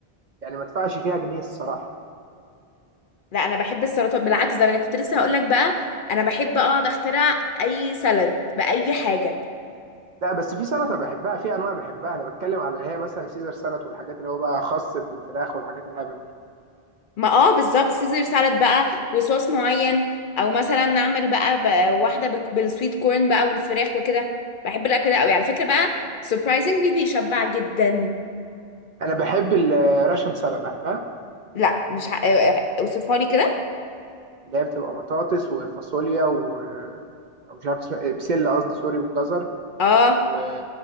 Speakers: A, on the right (about 50°); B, on the left (about 55°).
A: يعني ما ادفعش فيها جنيه الصراحة
B: لا أنا بحب السلطة بالعكس ده أنا كنت لسه هقولك بقى أنا بحب أقعد أخترع أي سلد بأي حاجة
A: لا بس في سلطة بحبها في انواع بحبها انا بتكلم على اللي هي مثلا سيزر سلطة والحاجات اللي هو بقى خاص بالفراخ والحاجات الهبل دي
B: ما اه بالظبط سيزر سالاد بقى وصوص معين أو مثلا نعمل بقى, بقى واحدة بك- بالسويت كورن بقى والفراخ وكده بحب الأكل ده أوي على فكرة بقى سربرايزنجلي بيشبع جدا
A: انا بحب الراشن سلطة عارفها
B: لا مش ه... اوصفها لي كده
A: اللي هي بتبقى بطاطس وفاصوليا و او مش عارف اسمها إيه، بسله قصدي سوري وجزر
B: اه
A: و...